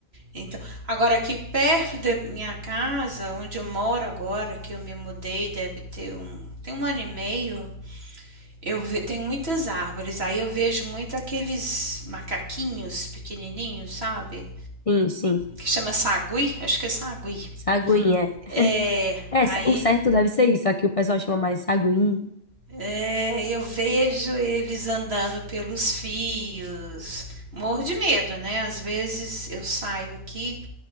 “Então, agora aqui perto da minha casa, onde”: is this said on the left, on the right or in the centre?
Right